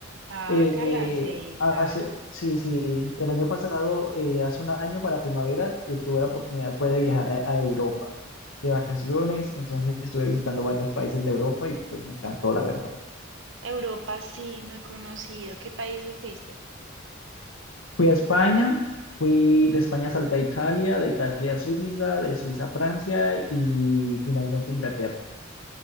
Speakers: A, on the right; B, on the left.
A: Ah,
B: Eh,
A: Cala, sí,
B: hace,
A: claro.
B: sí, sí, el año pasado, eh, hace un año para primavera, eh, tuve la oportunidad, fue de viajar a a Europa de vacaciones. Entonces estuve visitando varios países de Europa y pues me encantó, la verdad.
A: Europa sí, no he conocido. ¿Qué países fuiste?
B: Fui a España, fui de España salté a Italia, de Italia a Suiza, de Suiza a Francia y finalmente Inglaterra.